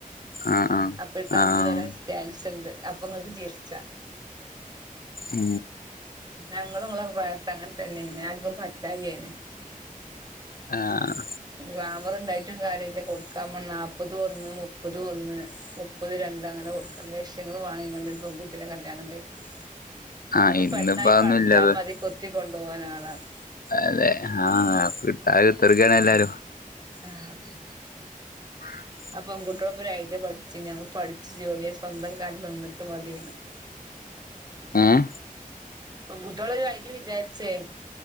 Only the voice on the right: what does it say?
അപ്പൊ തല്ല്
വരാൻ ചെൻസുണ്ട് ഉണ്ട് അപ്പൊ നിങ്ങക്ക് ചിരികാം
ഞങ്ങളുംനി ങ്ങളെ പ്രായത്ത് അങ്ങനെ തന്നെയ ന്ന്‌ ആർക്കും പറ്റായായിന്
ഗ്ലാമർ ഉ ണ്ടായിട്ടും കാര്യല്ല കൊടുക്കാൻ നാല്പ്പത് ഒന്ന് മുപ്പത് ഒന്ന് മുപ്പത് രണ്ട് അങ്ങനെ കൊടുക്കണ്ട ലക്ഷങ്ങൾ വേണ ഇങ്ങ പിന്നെ കല്യാണം കഴിക്കണം
ഇന്ന്
പെണ്ണായി
പടച്ചാ മതി കൊത്തികൊണ്ടോവാൻ ആളാണ്
ആഹ്
അപ്പൊ പെൺകുറ്റെളും ഒരു അത് ഐഡിയ പഠിച്ച് ഞങ്ങൾ പഠിച്ചു ജോലിയ സ്വന്തം കാലിൽ നിന്നിട്ട് മതി
പെൺകുട്ടേളും ഒരു ഐഡിയ വിചാരിച്ചേ